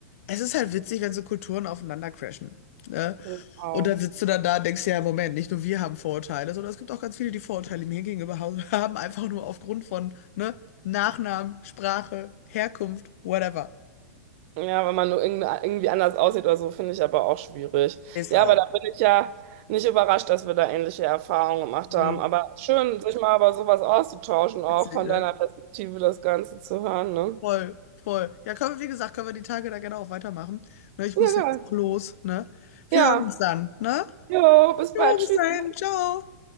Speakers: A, on the left; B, on the right.
A: es ist halt witzig, wenn so Kulturen aufeinander crashen. Ne?
B: genau.
A: Und dann sitzt du dann da und denkst dir, ja, Moment, nicht nur wir haben Vorurteile, sondern es gibt auch ganz viele, die Vorurteile mir gegenüber ha- <laughs> haben, einfach nur aufgrund von ne, Nachnamen, Sprache, Herkunft, whatever.
B: Ja, wenn man nur irgend irgendwie anders aussieht oder so, finde ich aber auch schwierig.
A: Ist
B: Ja,
A: auch.
B: aber da bin ich ja nicht überrascht, dass wir da ähnliche Erfahrungen gemacht
A: Nö.
B: haben. Aber schön, sich mal über sowas auszutauschen, auch
A: Witzig,
B: von
A: ne?
B: deiner Perspektive das Ganze zu hören, ne?
A: Voll, voll. Ja, können wir, wie gesagt, können wir die Tage da gerne auch weitermachen. Ne, ich
B: Ja,
A: muss jetzt
B: geil.
A: auch los, ne? Wir
B: Ja,
A: hören uns dann, ne?
B: jo, bis bald.
A: Jo,
B: Tschüss.
A: bis dahin, ciao.